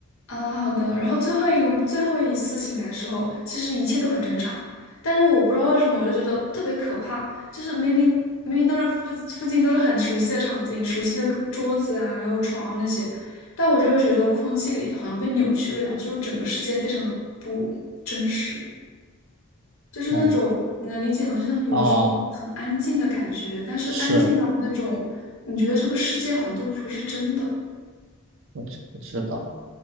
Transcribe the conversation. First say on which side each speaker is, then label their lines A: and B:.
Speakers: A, on the left (about 65°); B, on the right (about 60°).
A: 啊？好的，然后最后一个最后一次醒来的时候，其实一切都很正常，但是我不知道为什么，我就觉得特别可怕，就是明明明明都是附附近都是很熟悉的场景，熟悉的客桌子啊，然后床啊那些，但我就会觉得空气里好像被扭曲了一样，就是整个世界非常的不真实。就是那种你能理解吗？
B: 嗯，
A: 就像有一种很安静的感觉，
B: 哦，
A: 但是安静到那种你觉得这个世界好像都不是真的。
B: 是，我知我知道。